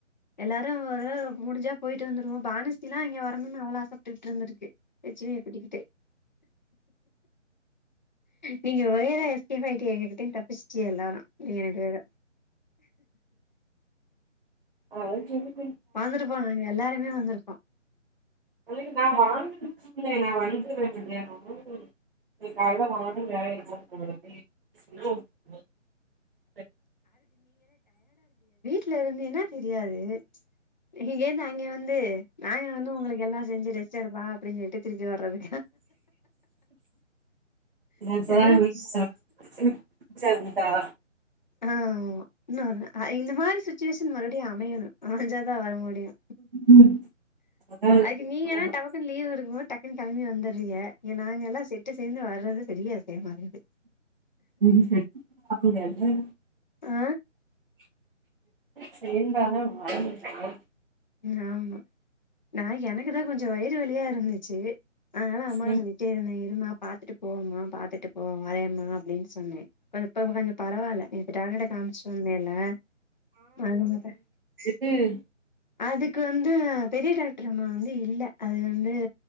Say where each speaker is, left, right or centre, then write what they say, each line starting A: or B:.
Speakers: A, on the left; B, on the right.
A: எல்லாரு வர முடிஞ்சா போயிட்டு வந்துருவோ பானு எல்லாம் அங்க வரணும்னு அவ்வளோ ஆசைப்பட்டுட்டு இருந்திருக்கு. <unintelligible> நீங்க ஒரேதா எஸ்கேப் ஆயிட்டீங்க எங்க கிட்டந் தப்பிச்ட்டீய எல்லாரு இங்கனட்டு வேற
B: ஆ ஜூமி
A: வந்துருப்பாங்க இங்க எல்லாருமே வந்துருப்போ
B: அதுக்கு நா வான்னு சொன்னே நா வந்துருவேனாங்க நீ கால்ல போனவாட்டி வேலைக்கு போ <unintelligible>
A: ட்ல இருந்தீனா தெரியாது ம்ச் இங்கேந்து அங்க வந்து நாங்க வந்து உங்களுக் எல்லா செஞ்சி ரெஸ்ட் எடுப்பா அப்டின் சொல்ட்டு திருப்பி வர்றது
B: என்னாங்
A: ஆ
B: சார் சங்தா
A: ஆமா இன்னொரு ஆ இந்த மாரி சுச்சுவேஷன் மறுபடியு அமையனு அமஞ்சாதா வர முடியு
B: ம். அதான்.
A: அதுக்கு நீங்க தா டபுகுன் லீவ் இருக்கு போது டக் டக்குன் கெளம்பி வந்துறீங்க இங்க நாங்க எல்லா செட்டு சேந்து வர்றது பெரிய விசயமா இருக்குது
B: ம் ம்
A: ஆ
B: செம்பாதா வளந்திருக்கு
A: ம் ஆமா நா எனக்கு தா கொஞ்ச வயிறு வலியா இருந்துச்சி அதனால அம்மாட
B: ம்
A: சொல்லிட்டே இருந்தே இருமா பாத்துட்டு போவோமா பாத்துட்டு போ வரையமா அப்டின் சொன்னே ப்ப இப்ப கொஞ்ச பரவால்ல இப்ப டாக்டர்ட காமிச்சோமேல அது தா பா
B: ம்
A: அதுக்கு வந்து பெரிய டாக்டர் அம்மா வந்து இல்ல அது வந்து